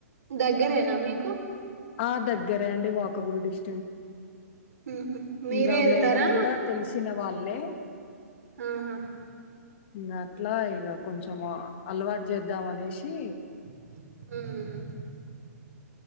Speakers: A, on the right (about 70°); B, on the left (about 45°).
A: దగ్గరేనా మీకు
B: ఆ దగ్గరే అండి వాకబుల్ డిస్
A: ఉహు మీరే
B: ఇంగా
A: వెళ్తారా
B: మేడం కూడా తెలిసిన వాళ్ళే
A: ఆహా
B: ఇంగా అట్లా ఇగా కొంచం అలవాటు చేద్దాం అనేసి
A: ఉం